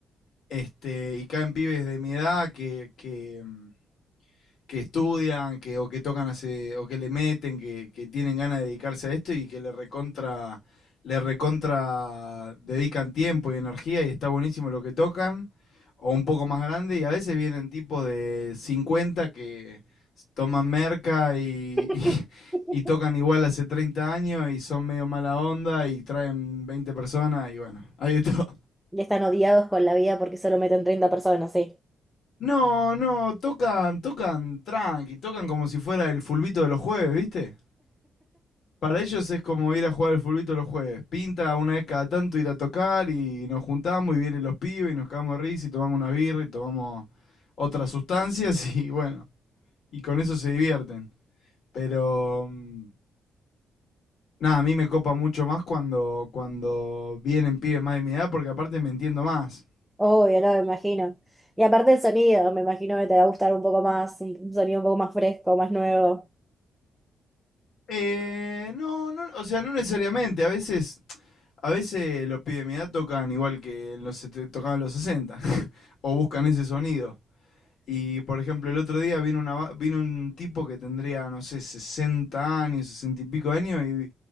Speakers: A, on the left; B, in the centre.
A: este, y caen pibes de mi edad que, que, mm, que estudian, que, o que tocan hace, o que le meten, que, que tienen ganas de dedicarse a esto y que le recontra, le recontra dedican tiempo y energía y está buenísimo lo que tocan, o un poco más grande, y a veces vienen tipos de 50 que toman merca y,
B: <laughs>
A: y- y tocan igual hace 30 años y son medio mala onda y traen 20 personas y bueno, hay de todo.
B: Ya están odiados con la vida porque solo meten 30 personas, sí.
A: No, no, tocan, tocan tranqui, tocan como si fuera el fulbito de los jueves, ¿viste? Para ellos es como ir a jugar al fulbito los jueves. Pinta una vez cada tanto ir a tocar y nos juntamos y vienen los pibes y nos cagamos de risa y tomamos unas birras y tomamos otras sustancias <laughs> y bueno, y con eso se divierten. Pero mm, nada, a mí me copa mucho más cuando, cuando vienen pibes más de mi edad porque aparte me entiendo más.
B: Obvio, no, me imagino. Y aparte el sonido, me imagino que te va a gustar un poco más, un sonido un poco más fresco, más nuevo.
A: Eh, no, no, o sea, no necesariamente. A veces, a veces los pibes de mi edad tocan igual que en los, sete- tocaban en los 60 <laughs> o buscan ese sonido. Y por ejemplo, el otro día vino, una, va- vino un tipo que tendría, no sé, 60 años, 60 y pico años, y,